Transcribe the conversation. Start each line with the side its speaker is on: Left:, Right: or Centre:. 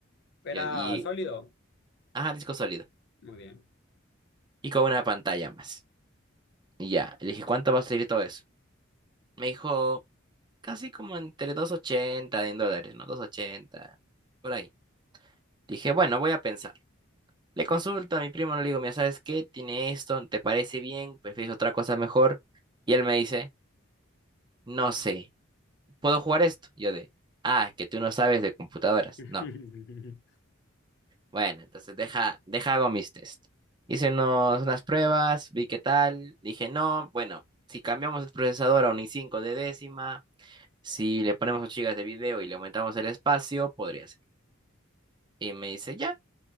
Left: Era
Right: Y,
Left: sólido.
Right: y- ajá, disco sólido.
Left: Muy bien.
Right: Y con una pantalla más. Y ya, le dije, ¿cuánto va a salir todo eso? Me dijo, casi como entre 280 en dólares, ¿no? 280, por ahí. Dije, bueno, voy a pensar. Le consulto a mi primo, le digo, mira, ¿sabes qué? Tiene esto, ¿te parece bien? ¿Prefieres otra cosa mejor? Y él me dice, no sé. ¿puedo jugar esto? yo de, ah, que tú no sabes de computadoras.
Left: <laughs>
Right: No. Bueno, entonces deja, deja hago mis test. Hice unos- unas pruebas, vi qué tal, dije, no, bueno, si cambiamos el procesador a un i5 de décima, si le ponemos 8 gigas de video y le aumentamos el espacio, podría ser. Y me dice, ya,